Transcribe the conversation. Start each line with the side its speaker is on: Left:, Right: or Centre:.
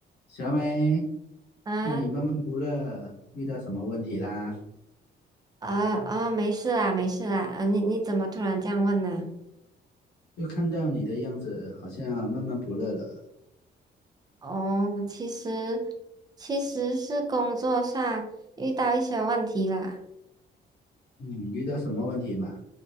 Left: 小美，
Right: 啊
Left: 看你闷闷不乐，遇到什么问题啦？
Right: 啊啊！没事啦，没事啦。啊，你你怎么突然这样问呢？
Left: 就看到你的样子，好像闷闷不乐了。
Right: 哦，其实其实是工作上遇到一些问题啦。
Left: 嗯，遇到什么问题嘛？